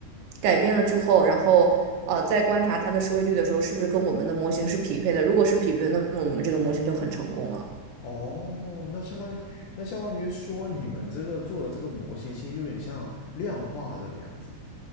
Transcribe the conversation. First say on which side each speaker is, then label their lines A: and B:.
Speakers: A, on the right; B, on the left.
A: 改变了之后，然后呃在观察它的收益率的时候，是不是跟我们的模型是匹配的？如果是匹配的，那么我们这个模型就很成功了。
B: 哦，那相当于那相当于说你们这个做的这个模型，其实有点像量化这个样子嘛，